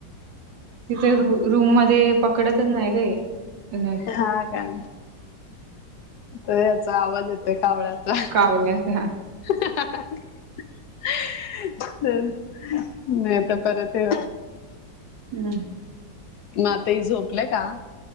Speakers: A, on the right; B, on the left.
A: तिथे रूम मध्ये ते पकडतच नाही ग नेट
B: हा का तर याचा आवाज येतोय कावळ्यांच्या
A: कावळ्यांच्या
B: <unintelligible> तर नाही तर परत हे
A: हम्म
B: मग आताही झोपलंय का